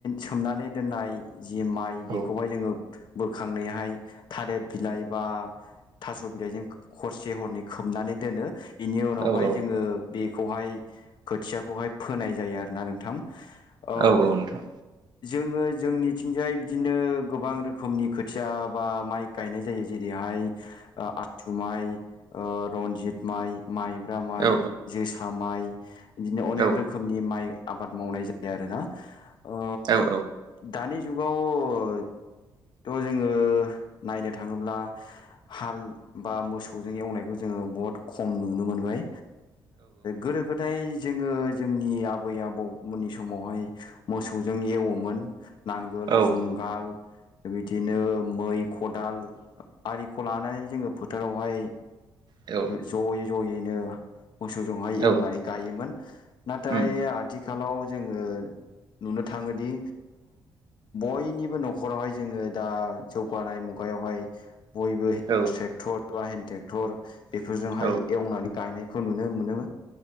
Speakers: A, on the left (about 55°); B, on the right (about 50°).
A: सोमनानै दोननाय। जि माइ बेखौहाय
B: औ
A: जोङो बोखांनायहाय थालिर बिलाइ बा थास' बिलाइजों हरसे हरनै खोबनानै दोनो इनि उनावहाय
B: औ औ
A: जोङो। बेखौहाय खोथियाखौहाय फोनाय जायो आरोना नोंथां। <unintelligible>
B: औ नोंथां
A: जोङो जोंनिथिंजाय बिदिनो गोबां रोखोमनि खोथिया बा माइ गायनाय जायो जेरैहाय। आससु माइ ओ रन्जित माइ माइब्रा माइ
B: औ
A: जोसा माइ बिदिनो अनेक
B: औ
A: रोखोमनि माइ आबाद मावनाय जायो आरो ना ओ।
B: औ
A: दानि जुगावथ' जोङो नायनो थाङोब्ला हाल बा मोसौजों एवनायखौ जोङो बहुत खम नुनो मोनबाय। गोदो गोदाय जोङो जोंनि आबै आबौमोननि समावहाय मोसौ जों एवोमोन नांगोल
B: औ
A: जुं गाल बिदिनो मै खदाल खौ लानानै जोङो फोथारावहाय
B: औ
A: ज'यै ज'यैनो मोसौजोंहाय
B: औ
A: एवनानै गायोमोन। नाथाय
B: उम
A: आथिखालाव जोङो नुनो थाङोदि बयनिबो न'खरावहाय जोङो दा जौगानाय मुगायावहाय बयबो
B: औ
A: ट्रेक्टर बा हेन्द ट्रेक्टर बेफोरजोंहाय
B: औ
A: एवनानै गायनाय खौ नुनो मोनो।